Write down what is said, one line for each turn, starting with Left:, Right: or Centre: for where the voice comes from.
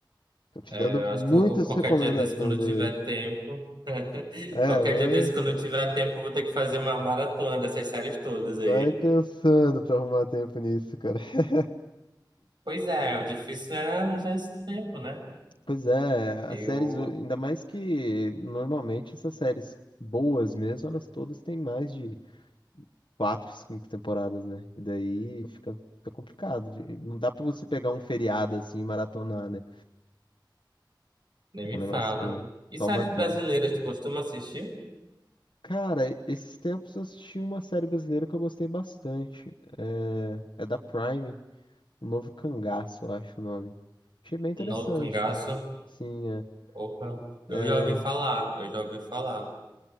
Left: Tô te
Right: É,
Left: dando
Right: eu acho
Left: muitas
Right: que eu- qualquer
Left: recomendações
Right: dia desse, quando eu tiver
Left: aí hoje.
Right: tempo, <laughs>
Left: É,
Right: qualquer
Left: vai,
Right: dia desse, quando eu tiver tempo, eu vou ter que fazer uma maratona dessas séries todas aí.
Left: vai pensando pra arrumar tempo nisso, cara. <laughs>
Right: Pois é, o difícil é arranjar esse tempo, né?
Left: Pois é,
Right: Eu
Left: as séries, ho- ainda mais que normalmente essas séries boas mesmo, elas todas têm mais de quatro, cinco temporadas, né? E daí fica, fica complicado. de- Não dá pra você pegar um feriado assim e maratonar, né?
Right: nem me
Left: É um negócio
Right: fala.
Left: que
Right: E
Left: toma
Right: séries
Left: tempo.
Right: brasileiras, tu costuma assistir?
Left: Cara, e- esses tempos eu assisti uma série brasileira que eu gostei bastante. É, é da Prime. Um novo cangaço, eu acho o nome. Achei bem interessante,
Right: Novo Cangaço?
Left: cara. Sim, é.
Right: Opa, eu
Left: É,
Right: já ouvi falar, eu já ouvi falar.